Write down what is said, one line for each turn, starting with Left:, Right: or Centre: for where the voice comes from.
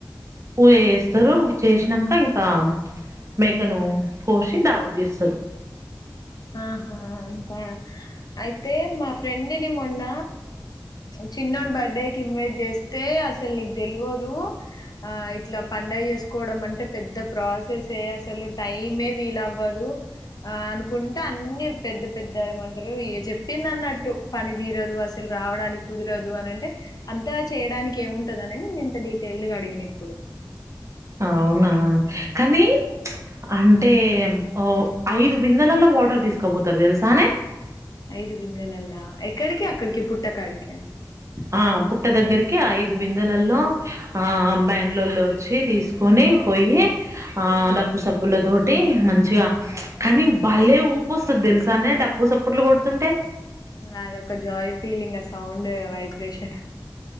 Right: పూజ చేసి సరు చేసినాక ఇంకా మేకను కోసి దావత్ జేస్తారు
Left: ఆహా అంతా అయితే మా ఫ్రెండ్ని మొన్న చిన్నాన్న బర్త్డేకి ఇన్వైట్ చేస్తే అసలు నీకు తెల్వదు ఆ ఇట్లా పండగ చేసుకోవడం అంటే పెద్ద ప్రాసెస్సే అసలు టైమే వీల అవ్వదు ఆ అను కున్ అ అన్ని పెద్ద పెద్ద ఏమంటారు ఏ చెప్పింది అన్నట్టు పని తీరదు అసలు రావడానికి కుదరదు అని అంటే అంతా చేయడానికి కేవు ఉఃటదనే ఇంత డీటైల్ అడిగిన ఇప్పుడు
Right: అవునా కానీ అంటే ఓ ఐదు బిందెలలో వాటర్ తీసుకపోతారు తెలుసానే
Left: ఐదు బిందెలల్లా ఎక్కడికి అక్కడికి పుట్టకాడికా
Right: ఆ పుట్ట దగ్గరికి ఐదు బిందెలలో ఆ బయన్లలో వచ్చి తీసుకొని పోయి ఆ డప్పు సప్పుల తోటి మంచిగా కానీ భలే ఊపు వస్తది తెలుసానే డప్పు సప్పుటలు కొడుతుంటే
Left: అదొక జాయ్ ఫీలింగ్ అ సౌండ్ వైబ్రేషన్